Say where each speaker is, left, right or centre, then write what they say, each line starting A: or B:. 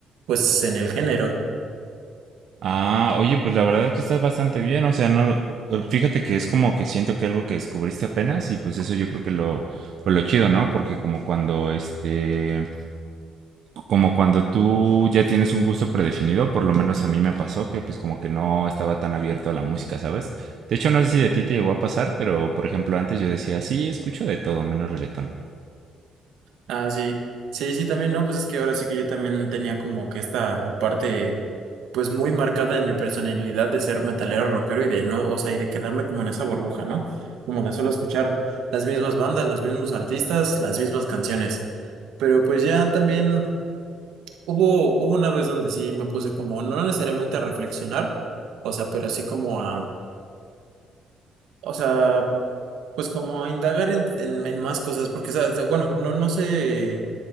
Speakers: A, on the right (about 80°); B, on the right (about 55°).
A: pues en el género.
B: Ah, oye, pues la verdad es que estás bastante bien, o sea, no, eh, fíjate que es como que siento que algo que descubriste apenas y pues eso yo creo que lo, pues lo chido, ¿no? Porque como cuando este, como cuando tú ya tienes un gusto predefinido, por lo menos a mí me pasó que pues como que no estaba tan abierto a la música, ¿sabes? De hecho, no sé si de ti te llegó a pasar, pero por ejemplo antes yo decía, sí, escucho de todo menos reggaetón.
A: Ah, sí. Sí, sí, también, no, pues es que ahora sí que yo también tenía como que esta parte, pues muy marcada en mi personalidad de ser metalero rockero y de no, o sea, y de quedarme como en esa burbuja, ¿no? Como de solo escuchar las mismas bandas, los mismos artistas, las mismas canciones. Pero pues ya también hubo, hubo una vez donde sí me puse como, no necesariamente a reflexionar, o sea, pero sí como a, o sea, pues como a indagar en, en, en más cosas, porque, ¿sabes? Bueno, no, no sé